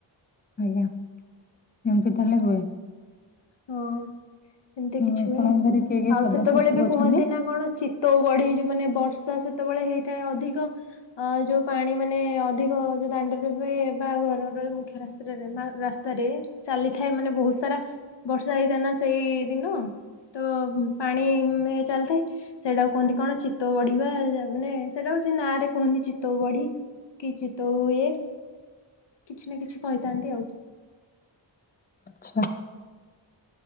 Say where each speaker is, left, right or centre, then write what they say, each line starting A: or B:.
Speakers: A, on the left (about 20°); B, on the left (about 65°).
A: ହୁଁ ହୁଁ ଏମିତି ତାହେଲେ ହୁଏ।
B: ହଁ ଏମିତି
A: ହଁ,
B: କିଛି
A: ଆପଣଙ୍କ
B: ହୁଏ
A: ଘରେ କିଏ କିଏ
B: ଆଉ
A: ସଦସ୍ୟ
B: ସେତେବେଳେ
A: ସବୁ
B: ବି
A: ଅଛନ୍ତି
B: କୁହନ୍ତି ନା କଣ ଚି ତୋଉ ବଢ଼େଇ ଯୋଉମାନେ ମାନେ ବର୍ଷା ସେତେବେଳେ ହେଇଥାଏ ଅଧିକ ଅ ଯୋଉ ପାଣି ମାନେ ଅଧିକ ଯୋଉ ଦାଣ୍ଡରେ ବା ଘରର ମୁଖ୍ୟ ରା ତ୍ରିର ରାସ୍ତାରେ ଚାଲିଥାଏ ମାନେ ବହୁତ ସାରା ବର୍ଷା ହେଇଥାଏ ନା ସେଇ ଦିନ। ତ ପାଣି ଚାଲିଥାଏ ସେଟାକୁ କୁହନ୍ତି କଣ ଚୀତଉ ବଢ଼ିବା ମାନେ ସେଟାକୁ ସେ ନାଁ ରେ କୁହନ୍ତି ଚିତଉ ବଢ଼ି କି ଚିତଉ ଇଏ କିଛି ନା କିଛି କହିଥାନ୍ତି ଆଉ।
A: ଆଚ୍ଛା